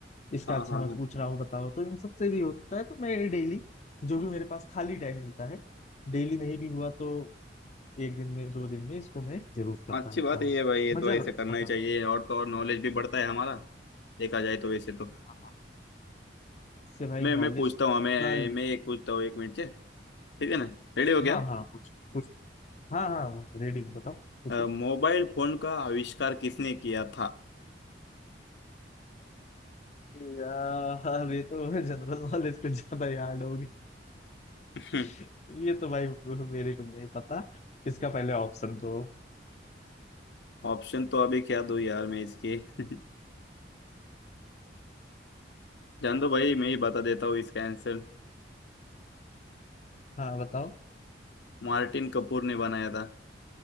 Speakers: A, on the left; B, on the left.
A: इसका
B: हाँ
A: अच्छा
B: हाँ
A: मैं
B: हाँ
A: पूछ रहा हूँ बताओ तो इन सब से भी होता है तो मैं डेली जो भी मेरे पास खाली टाइम मिलता है डेली नहीं भी हुआ तो एक दिन में दो दिन में इसको मैं जरूर करता
B: अच्छी
A: रहता
B: बात
A: हूँ
B: है ये भाई ये
A: मजा
B: तो ऐसे
A: लग-
B: करना
A: आता
B: ही चाहिए
A: है
B: और तो और नॉलेज भी बढ़ता है हमारा देखा जाए तो वैसे तो
A: हाँ, हाँ, इससे भाई
B: मैं
A: नॉलेज
B: मैं पूछता हूँ मैं
A: का
B: मैं एक पूछता हूँ एक मिनट से ठीक है ना रेडी हो गया
A: हाँ हाँ कुछ कुछ हाँ हाँ रीडिंग बताओ कुछ
B: आप मोबाइल फोन का आविष्कार किसने किया था
A: यार ये तो जनरल नॉलेज कुछ ज्यादा याद होगी
B: <laughs>
A: <laughs> ये तो भाई मेरे को नहीं पता इसका पहले ऑप्शन तो
B: ऑप्शन तो अभी क्या दो यार मैं इसके <laughs> जान दो भाई मैं ही बता देता हूँ इसका आंसर
A: हाँ बताओ
B: मार्टिन कपूर ने बनाया था